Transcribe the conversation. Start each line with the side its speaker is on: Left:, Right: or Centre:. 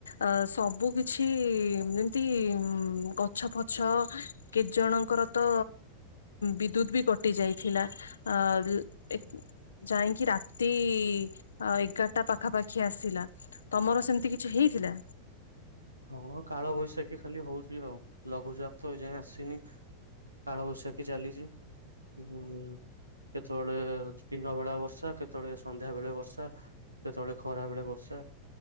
Left: ଆ ସବୁ କିଛି ଯେମିତି ଗଛ ପଛ କେତେ ଜଣଙ୍କର ତ ବିଦ୍ୟୁତ ବି କଟି ଯାଇଥିଲା। ଆ ଏ ଯାଇଁକି ରାତି ଏଗାରଟା ପାଖାପାଖି ଆସିଲା। ତମର ସେମତି କିଛି ହେଇଥିଲା।
Right: ହଁ କାଳ ବୈଶାଖୀ ଖାଲି ହୋଉଚି ଆଉ, ଲଘୁଚାପ ତ ଏ ଯାଏଁ ଆସିନି। କାଳବୈଶାଖୀ ଚାଲିଚି ଉଁ। କେତେବେଳେ ଦିନ ବେଳା ବର୍ଷା କେତେବେଳେ ସନ୍ଧ୍ୟା ବେଳେ ବର୍ଷା। କେତେବେଳେ ଖରାବେଳେ ବର୍ଷା